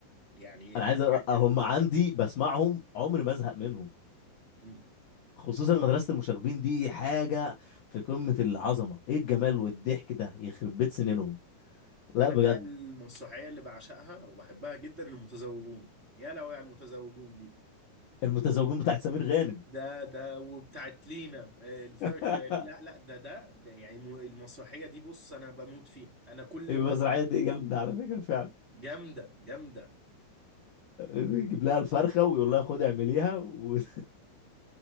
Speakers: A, on the right; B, on the left.
A: يعني
B: انا
A: انت
B: عايز أ-
A: حاجه
B: هم عندي بسمعهم عمري ما ازهق منهم
A: مم.
B: خصوصا مدرسه المشاغبين دي حاجه في قمه العظمه ايه الجمال والضحك ده يخرب بيت سنينهم لا
A: انا
B: بجد
A: بقى المنصوعيه اللي بعشقها وبحبها جدا المتزوجون يا لو على المتزوجون دي
B: المتزوجون بتاعت سمير غانم
A: ده ده وبتاعت لينا آه، الفرخ
B: <laughs>
A: لا لا ده ده ده يعني م- المسرحيه دي بص انا بموت فيها انا كل
B: المسرحيه
A: ما ت-
B: دي جامده على فكره فعلا
A: جامده جامده
B: يجيب لها الفرخه ويقول لها خدي اعمليها و... <laughs>